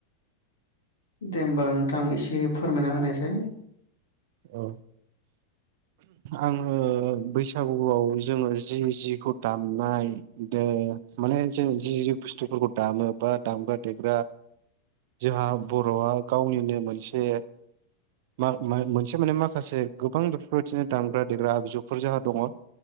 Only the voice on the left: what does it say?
दे होमबा नोंथां एसे फोरमायना होनायसाय।